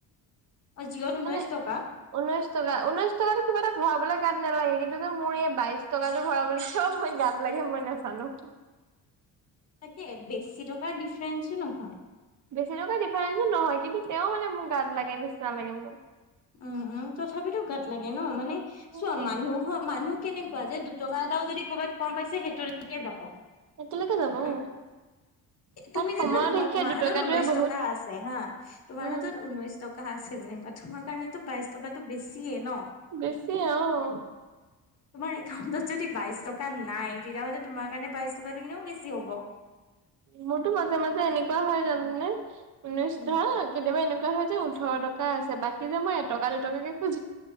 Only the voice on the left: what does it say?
অ', জিঅ'ত ঊনৈশ
টকা!
তাকে বেছি টকাৰ ডিফাৰেন্ঞ্চো নহয়।
উম, উম। তথাপিতো গাত লাগে ন মানে
চোৱা মানুহৰ, মানুহ কেনেকুৱা যে দুটকা এটাও যদি কৰ'বাত কম পাইছে, সেইটোলৈকে যাব।
হা
তুমি
যেনিবা ভাবা,
তোমাৰ
হাতত ঊনৈশ
টকা আছে হা। তোমাৰ
হাতত ঊনৈশ টকা কা আছে যেনিবা, তোমাৰ কাৰণেতো বাইশ টকাটো বেছিয়ে ন'!
তোমাৰ একাউণ্টত যদি বাইশ টকা নাই, তেতিয়াহ'লে তোমাৰ কাৰণে বাইশ টকাটো এনেও বেছি হ'ব।
উম